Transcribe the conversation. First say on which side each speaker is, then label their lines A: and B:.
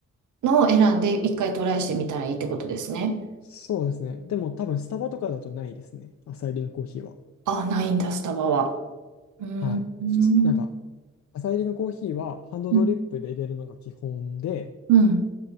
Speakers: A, on the right (about 80°); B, on the left (about 70°).
A: のを選んで一回トライしてみたらいいってことですね。
B: そうですね。でも多分スタバとかだとないですね。朝入りのコーヒーは。
A: あ、ないんだ、スタバは。うん。
B: はい。
A: うん。
B: 普通、なんか、朝入りのコーヒーはハンドドリップで入れるのが基本で、
A: うん。うん。